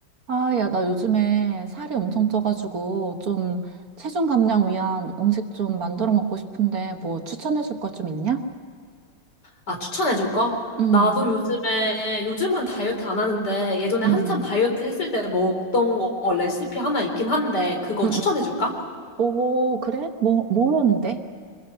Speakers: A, on the right (about 55°); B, on the left (about 60°).
A: 아, 야, 나 요즘에 살이 엄청 쪄가지고 좀 체중 감량 위한 음식 좀 만들어 먹고 싶은데 뭐 추천해 줄 거 좀 있냐?
B: 아, 추천해줄 거?
A: 음,
B: 나도 요즘에, 요즘은 다이어트 안 하는데, 예전에
A: 음.
B: 한참 다이어트 했을 때 먹던 거 레시피 하나 있긴 한데, 그거
A: 음,
B: 추천해줄까?
A: 음. 오, 그래? 뭐, 뭐였는데?